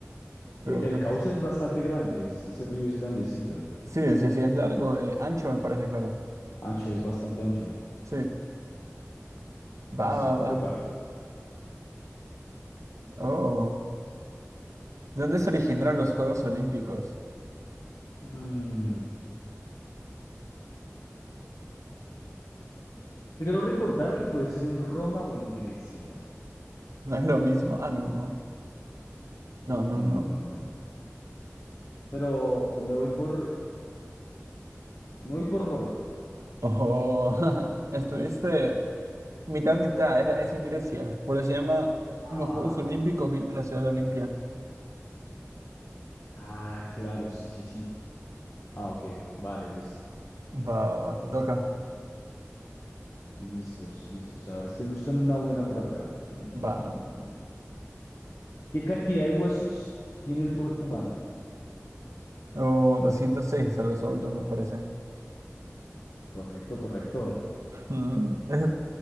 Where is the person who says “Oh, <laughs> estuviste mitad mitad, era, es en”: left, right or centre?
Right